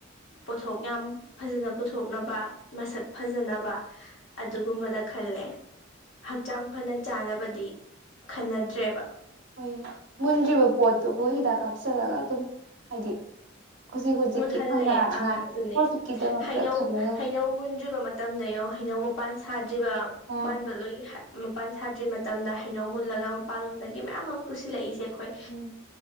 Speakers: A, on the left (about 70°); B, on the right (about 70°).
A: ꯄꯣꯠꯊꯣꯛ ꯌꯥꯝ ꯐꯖꯅ ꯄꯨꯊꯣꯛꯅꯕ ꯃꯁꯛ ꯐꯖꯅꯕ ꯑꯗꯨꯒꯨꯝꯕꯗ ꯈꯜꯂꯦ ꯍꯛꯆꯥꯡ ꯐꯅ ꯆꯥꯅꯕꯗꯤ ꯈꯟꯅꯗ꯭ꯔꯦꯕ
B: ꯍꯣꯏ ꯃꯨꯟꯗ꯭ꯔꯤꯕ ꯄꯣꯠꯇꯨꯕꯨ ꯍꯤꯗꯥꯛ ꯀꯥꯞꯁꯤꯜꯂꯒ ꯑꯗꯨꯝ ꯍꯥꯏꯗꯤ ꯍꯧꯖꯤꯛ ꯍꯧꯖꯤꯛꯀꯤ
A: ꯃꯨꯜꯍꯜꯂꯦ
B: ꯐꯪꯅꯔꯉꯥꯏ
A: ꯑꯥ ꯑꯗꯨꯅꯦ
B: ꯄ꯭ꯔꯣꯐꯤꯠꯀꯤꯗꯃꯛꯇ
A: ꯍꯩꯅꯧ
B: ꯈꯜꯂꯒ
A: ꯍꯩꯅꯧ ꯃꯨꯟꯗ꯭ꯔꯤꯕ ꯃꯇꯝꯗ ꯌꯦꯡꯉꯣ ꯍꯩꯅꯧ ꯃꯄꯥꯟ ꯁꯥꯗ꯭ꯔꯤꯕ
B: ꯑꯥ
A: ꯄꯥꯟꯕ ꯂꯣꯏ ꯃꯄꯥꯟ ꯁꯥꯗ꯭ꯔꯤ ꯃꯇꯝꯗ ꯍꯩꯅꯧ ꯃꯨꯜꯂꯒ ꯃꯄꯥꯟꯂꯣꯝꯗꯒꯤ ꯃꯌꯥꯝ ꯑꯃ ꯄꯨꯁꯤꯜꯂꯛꯏꯁꯦ ꯑꯩꯈꯣꯏ
B: ꯎꯝ